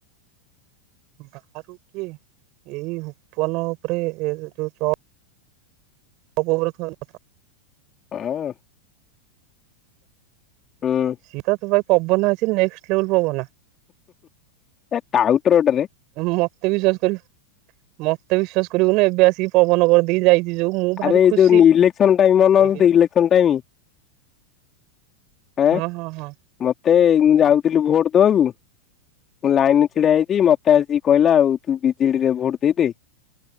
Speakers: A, on the right; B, on the left.
A: ବାହାରୁ କିଏ ଏଇ ଉପପନ ଉପରେ ଏ ଯୋଉ ଚ <unintelligible>
B: ହଁ। ହୁଁ
A: ସି ତ ଭାଇ ପବ ନା ଅଛି ନେଷ୍ଟ୍ ଲେବଲ ପବନା।
B: ଏ ଟାଉଟର ଟାରେ।
A: ମତେ ବିଶ୍ଵାସ କରିବୁ ମତେ ବିଶ୍ୱାସ କରିବୁନି ଏବେ ଆସିକି ପବନ କରିଦେଇି ଯାଇଛି ଯୋଉ ମୁଁ ଭାରି
B: ଆରେ
A: ଖୁସି
B: ଏଇ ଯୋଉ ଇଲେକ୍ସନ ଟାଇମ
A: ମତେ
B: <unintelligible>
A: କି
B: ଇଲେକ୍ସନ ଟାଇମ ଆଁ
A: ହଁ ହଁ।
B: ମତେ ଯାଉଥିଲି ଭୋଟ ଦବାକୁ ମୁଁ ଲାଇନ ଛିଡା ହେଇଚି ମତେ ଆସିକି କହିଲା ଆଉ। ତୁ ବିଜେଡିରେ ଭୋଟ ଦେଇଦେ